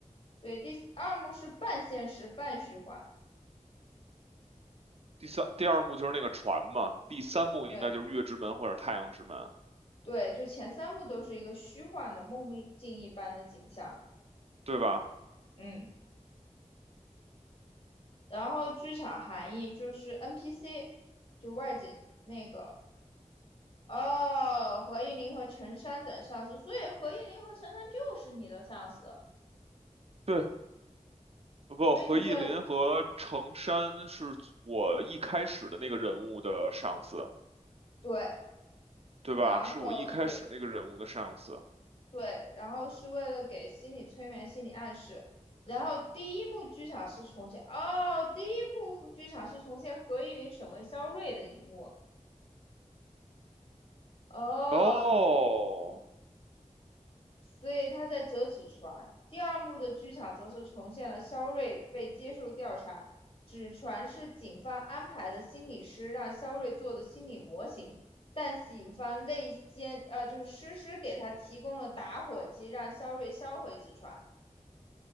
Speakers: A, on the left; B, on the right.
A: 对，第二幕是半现实半虚幻，
B: 第三第二幕就是那个船嘛，第三幕应该就是月之门或者太阳之门，
A: 对对，就前三幕都是一个虚幻的梦寐境一般的景象，
B: 对吧？
A: 嗯，然后剧场含义就是 NPC，就外景那个，哦，何应麟和陈山等上司，所以何应麟和陈山就是你的上司，
B: 对，不，
A: 所以你这
B: 何意林和程山是我一开始的那个人物的上司，
A: 对，
B: 对吧？
A: 然后对。
B: 是我一开始那个人物的上司。
A: 对，然后是为了给心理催眠、心理暗示。然后第一幕剧场是重现，哦，第一幕和剧场是重现何依琳审问肖瑞的一幕，哦，
B: 哦，
A: 所以他在折纸船。第二幕的剧场则是重现了肖瑞被接受调查，纸船是警方安排的心理师让肖瑞做的心理模型，但警方内奸，呃，就是诗诗给他提供了打火机，让肖瑞销毁纸船。